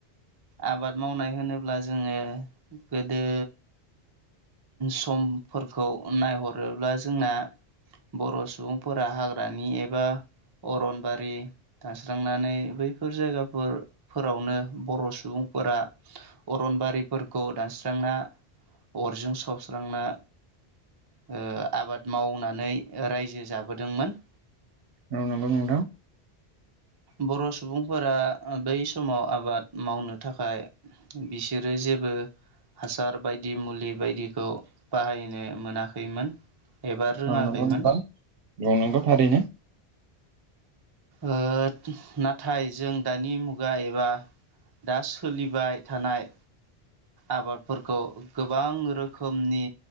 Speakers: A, on the right; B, on the right.
A: आबाद मावनाय होनोब्ला जोङो गोदो समफोरखौ नायहरोब्ला जोंना बर' सुबुंफोरा हाग्रानि एबा अरनबारि दानस्रांनानै बैफोर जायगाफोर फोरावनो बर' सुबुं फोरा अरनबारिफोरखौ दानस्रांना अरजों सावस्रांना ओ आबाद मावनानै रायजो जाबोदोंमोन।
B: औ नंगौ नोंथां।
A: बर' सुबुंफोरा बै समाव आबाद मावनो थाखाय बिसोरो जे जेबो हासार बायदि मुलि बायदिखौ बाहायनो मोनाखैमोन। एबा रोङाखैमोन
B: औ नोंगौ नोंथां औ नोंगौ थारैनो।
A: ओ नाथाय जों दानि मुगा एबा दा सोलिबाय थानाय आबादफोरखौ गोबां रोखोमनि